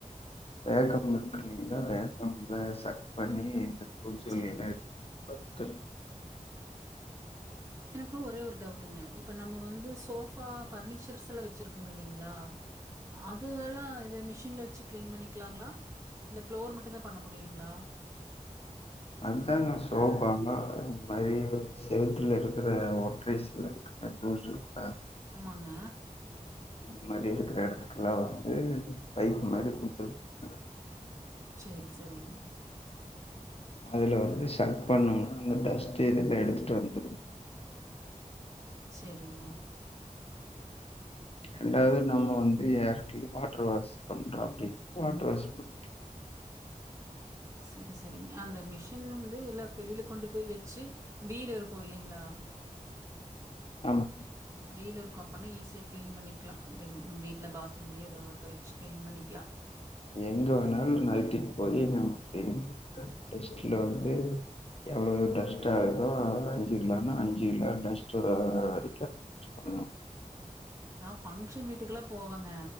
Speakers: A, on the left (about 45°); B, on the right (about 20°).
A: வேக்கம் இருக்குல்லேங்ளா வேக்கம்ல சக் பண்ணி இந்த பொய் சொல்லில
B: சரிங்க.
A: பத்து
B: எனக்கு ஒரே ஒரு டவுட்டுங்க இப்ப நம்ம வந்து சோபா பர்னிச்சர்ஸ் எல்லா வச்சிருக்கொம்மில்லேங்ளா அது எல்லா இது மிஷின்ல வச்சு கிளீன் பண்ணிக்கலாங்ளா இல்ல ஃப்ளோர் மட்டுந்தா பண்ண முடியுங்ளா
A: அத்தாங்க சோபாங்க இந்த மாரி செவத்துலறக்கற ஒற்றை சிலந்தி அப்பொ சோப்பா
B: அம்மங்க
A: இது மாரி இருக்கிற எடத்துக்கெல்லாம் வந்து பைப் மாரி கொடுத்துருபாங்க
B: சேரி செரிங்க
A: அதுல வந்து சக் பண்ணோம்னா அந்த டஸ்ட்டு இதுல எடுத்துட்டு வந்துரும்
B: ச்செரிங்க
A: ரெண்டாவது நம்ம வந்து யார்க்கி வாட்டர் வாஷ் பண்றோ அப்படி வாட்டர் வாஷ் பண்ணி
B: சரி சரிங்க அந்த மிஷின் வந்து எல்லா வெளியில கொண்டு போய் வச்சு வீலு இருக்கு இல்லேங்ளா
A: ஆமாங்க
B: வீலு ருக்கும் அப்பன்னா ஈஸியா கிளீன் பண்ணிக்கலா இல்லெங்க வீட்ல பாத்ரூம்லயே ஏதோ ஒரு பக்க வச்சு கிளீன் பண்ணிக்லா
A: எங்க வேணாலு நகத்திட்டு போயி நம்ம அப்ப <inaudible> டெஸ்ட்ட்ல வந்து எவ்ளவு டஸ்ட் ஆ ருக்கோ அது அஞ்சு கிலோனா அஞ்சு கிலோ டஸ் புல்லாகுற
B: சரிங்க.
A: வரைக்கு <inaudible> பண்ணு
B: நான் ஃபங்க்ஷன் வீட்டுக்கெல்லா போவங்க